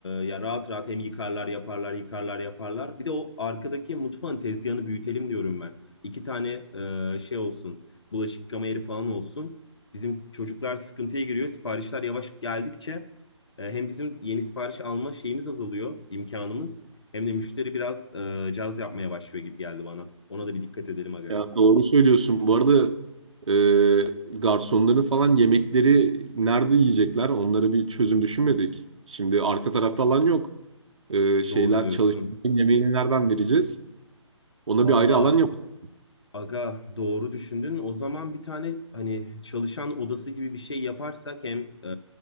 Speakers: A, on the left (about 60°); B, on the right (about 70°).
A: ya rahat rahat hem yıkarlar yaparlar yıkarlar yaparlar. Bir de o arkadaki mutfağın tezgahını büyütelim diyorum ben. İki tane e, şey olsun. Bulaşık yıkama yeri falan olsun. Bizim çocuklar sıkıntıya giriyor. Siparişler yavaş geldikçe e, hem bizim yeni sipariş alma şeyimiz azalıyor, imkanımız. Hem de müşteri biraz e, caz yapmaya başlıyor gibi geldi bana. Ona da bir dikkat edelim aga.
B: Ya doğru söylüyorsun. Bu arada e, garsonların falan yemekleri nerede yiyecekler? Onlara bir çözüm düşünmedik. Şimdi arka tarafta alan yok. Ee, şeyler
A: Doğru diyorsun.
B: çalışanların yemeğini nereden vereceğiz? Ona
A: Valla
B: bir ayrı alan yapalım.
A: Aga doğru düşündün. O zaman bir tane hani çalışan odası gibi bir şey yaparsak hem e,